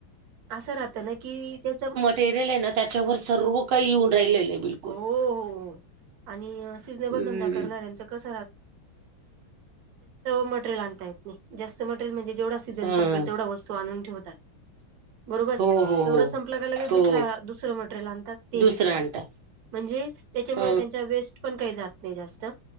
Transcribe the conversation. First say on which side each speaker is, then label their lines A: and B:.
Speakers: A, on the right; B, on the right.
A: असं राहत ना कि त्याचम
B: तेर आहे ना त्याच्यावर सर्व काही येऊन राहिले बिल <unintelligible>
A: हो हो आणि सीजनेबल
B: हम्म
A: धंदा करणाऱ्यांचं कस म्हण जे <unintelligible> सीझन
B: हा
A: संपेल तेवढा वस्तू आणून ठेवतात. बरोबर तेवढं
B: हो हो हो
A: संपलं का लगेच दुसरा
B: हो
A: दुसरं मटेरियल आणतात ते
B: दुसरं
A: विकतात.
B: आणतात
A: म्हणजे त्याच्यामुळे
B: ह
A: त्यांच्या वेस्ट पण काही जात नाही जास्त.